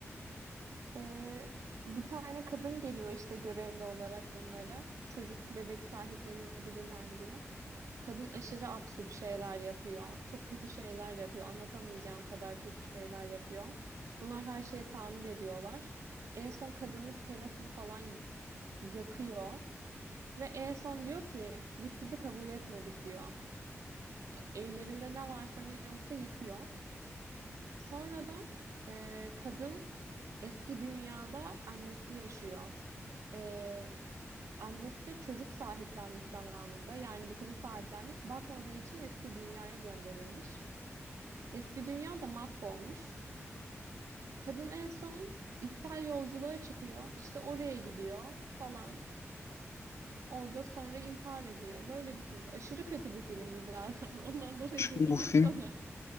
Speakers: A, on the right (about 85°); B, on the left (about 60°).
A: Ee, bir tane kadın geliyor işte görevli olarak bunlara. Çocuk bebek sahiplenilebilirler mi diye. Kadın aşırı absürt şeyler yapıyor. Çok kötü şeyler yapıyor. Anlatamayacağım kadar kötü şeyler yapıyor. Bunlar her şeye tahammül ediyorlar. En son kadının serasını falan y- yakıyor. Ve en son diyor ki biz sizi kabul etmedik diyor. Ellerinde ne varsa ne yoksa yıkıyor. Sonradan e, kadın eski dünyada annesi yaşıyor. E, annesi çocuk sahiplenmiş zamanında. Yani bu kızı sahiplenmiş. Bakmadığı için eski dünyaya gönderilmiş. Eski dünya da mahvolmuş. Kadın en son içsel yolculuğa çıkıyor. İşte oraya gidiyor falan. Orada sonra intihar ediyor. Böyle bir filmdi. Aşırı kötü bir filmdi zaten. <laughs> Ondan dolayı
B: Şu-
A: dedim
B: Bu film
A: ya sana.